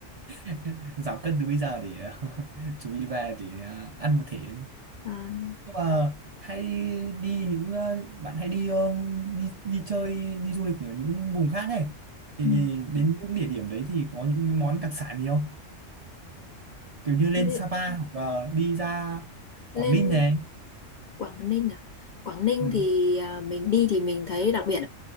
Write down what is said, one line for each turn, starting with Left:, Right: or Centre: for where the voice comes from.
Right: <laughs> giảm cân từ bây giờ để <laughs> chuẩn bị về để ờ, ăn một thể
Left: à
Right: nhưng mà hay đi những ờ, bạn hay đi ờ, đi đi chơi đi du lịch ở những vùng khác ấy thì,
Left: ừ.
Right: đến những địa điểm đấy thì có những cái món đặc sản gì không kiểu như lên
Left: Như,
Right: Sapa hoặc là đi ra Quảng
Left: lên
Right: Ninh này
Left: Quảng Ninh à Quảng Ninh
Right: ừ.
Left: thì à, mình đi thì mình thấy đặc biệt